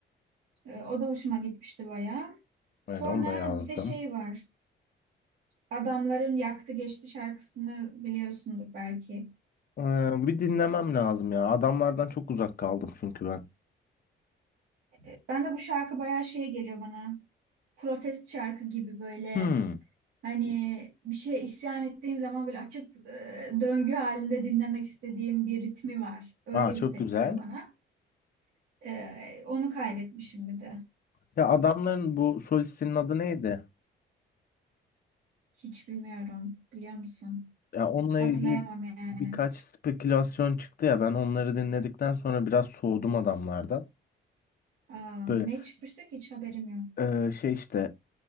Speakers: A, on the right (about 85°); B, on the left (about 50°).
A: Ee, o da hoşuma gitmişti bayağı. Sonra
B: Evet onu da yazdım.
A: bir de şey var. Adamların Yaktı Geçti şarkısını biliyorsundur belki.
B: Ee, bir dinlemem lazım ya. Adamlardan çok uzak kaldım çünkü ben.
A: E, Ben de bu şarkı bayağı şey geliyor bana. Protest şarkı gibi böyle
B: Hmm.
A: hani bir şeye isyan ettiğim zaman böyle açıp e, döngü halinde dinlemek istediğim bir ritmi var. Öyle
B: Aa çok
A: hissettiriyor
B: güzel.
A: bana. E, onu kaydetmişim bir de.
B: Ya adamların bu solistinin adı neydi?
A: Hiç bilmiyorum. Biliyor musun?
B: Ya onunla
A: Hatırlayamam
B: ilgili
A: yani.
B: birkaç spekülasyon çıktı ya. Ben onları dinledikten sonra biraz soğudum adamlardan.
A: Aa,
B: Böyle
A: ne çıkmıştı ki hiç haberim yok.
B: e, şey işte